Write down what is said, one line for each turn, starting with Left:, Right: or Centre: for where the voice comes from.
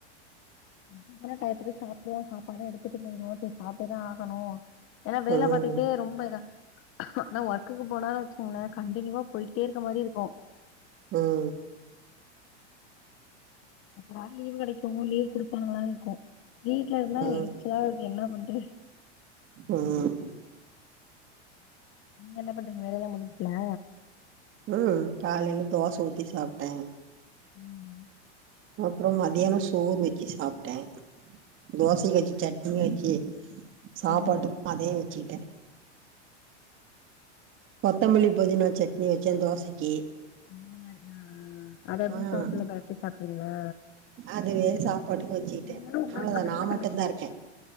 Left: <unintelligible> டயத்துகு சாப்புடுவோ சாப்பாடு எடுத்துட்டு போயிடவோ சாப்ட்டுதா ஆகணோ ஏன்னா வேல
Right: ம்
Left: பாத்துகிட்டே ரொம்ப இதா ஆனா ஒர்க்குக்கு போனா வெச்சுக்கோங்களே கண்டினியூவா போயிட்டே இருக்க மாரி இருக்கோ
Right: உம்
Left: எப்படா லீவ் கெடைக்குமோ லீவ் குடுப்பாங்களா இருக்கோ வீட்ல இருந்தா
Right: ம்
Left: எரிச்சலா இருக்கோ என்ன பண்றது
Right: ம்
Left: நீங்க என்ன பண்றீங்க வேலைய எல்லா முடிஞ்சுச்சுங்களா
Right: ம் காலையில தோச ஊத்தி சாப்ட்டே
Left: உம்
Right: அப்புறோ மதியியானோ சோறு வெச்சு சாப்ட்டே
Left: சேரி
Right: தோசைக்கு
Left: சேரிங்க
Right: வெச்ச சட்னிய வெச்சு சாப்பாட்டுக்கு
Left: ம்
Right: அதே வெச்சுக்ட்டே கொத்தமல்லி புதினா சட்னி வச்சே தோசைக் கே
Left: அந்த மாரி ஆ ஆ அத எப்டி
Right: ஆ
Left: சோத்துல பெரட்டி சாப்டுவீங்களா
Right: அதுவே சாப் படுக்கவச்சிட்டே
Left: நீங்களு உங்களுக்கு
Right: அவ்ளோதா
Left: மட்டுந்தான
Right: நா மட்டுந்தா
Left: சமைக்கணு
Right: இருக்கே